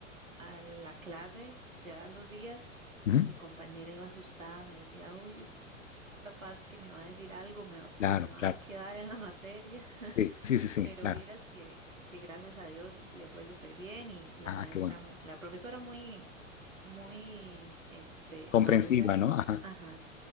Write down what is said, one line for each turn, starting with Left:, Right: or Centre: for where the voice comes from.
Right: a la clase, ya los días,
Left: ujú,
Right: mi compañera iba asustada, me decía, uy, es capaz que me va a decir algo, me va,
Left: Claro,
Right: me va
Left: claro.
Right: a quedar en la materia,
Left: Sí, sí,
Right: <laughs>
Left: sí, sí,
Right: pero
Left: claro.
Right: vieras que, que gracias a Dios le fue súper bien y la
Left: Ah,
Right: maestra,
Left: qué bueno.
Right: mu- la profesora muy, muy, este,
Left: Comprensiva,
Right: madura.
Left: ¿no? Ajá.
Right: Ajá.